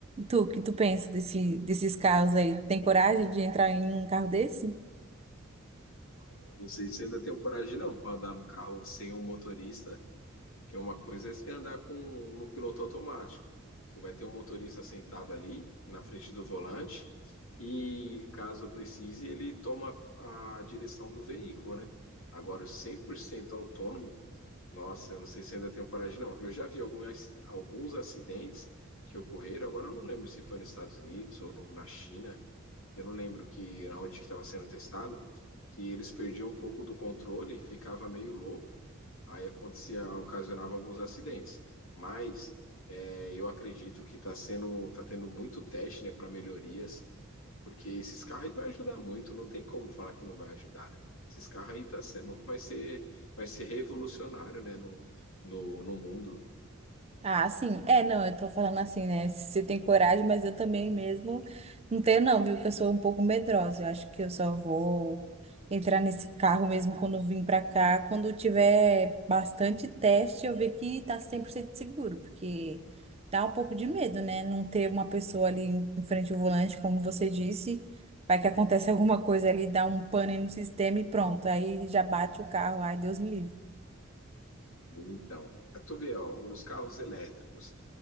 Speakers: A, on the right; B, on the left.
A: Tu, que tu pensa desse, desses carros aí? Tem coragem de entrar em um carro desse?
B: Olha, eu não sei se ainda tenho coragem não para andar no carro sem um motorista, que é uma coisa é você andar com no piloto automático, que vai ter um motorista sentado ali na frente do volante e caso precise ele toma a direção do veículo, né? Agora o 100% autônomo, nossa, eu não sei se ainda tenho coragem não. Eu já vi algumas, alguns acidentes que ocorreram, agora eu não lembro se foi nos Estados Unidos ou no- na China, eu não lembro que onde que estava sendo testado, que eles perdiam um pouco do controle, e ficava meio louco, aí acontecia, ocasionava alguns acidentes. Mas é, eu acredito que está sendo, tá tendo muito teste, né, para melhorias, porque esses carros aí vai ajudar muito, não tem como falar que não vai ajudar, né? Esses carros aí tá sendo, vai ser, vai ser revolucionário, né, no, no, no mundo.
A: Ah, sim. É, não, eu tô falando assim, né? Você tem coragem, mas eu também mesmo não tenho, não, viu? Que eu sou um pouco medrosa. Eu acho que eu só vou entrar nesse carro mesmo quando eu vim pra cá. Quando tiver bastante teste, eu ver que tá 100% seguro, porque dá um pouco de medo, né? Não ter uma pessoa ali em em frente ao volante, como você disse. Vai que acontece <laughs> alguma coisa ali, dá um pane no sistema e pronto. Aí já bate o carro. Ai, Deus me livre.
B: Então, pra tu ver, ó, os carros elétricos